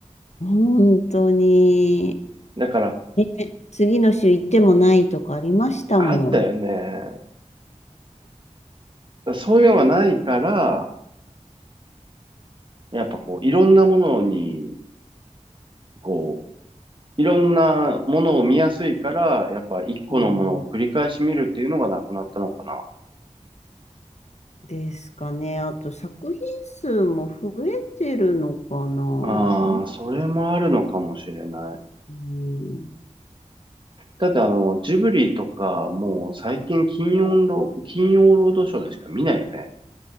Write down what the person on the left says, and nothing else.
本当に。
ね次の週行ってもないとかありましたもん。
うんですかね。あと作品数も増えてるのかな。
どう、
うん、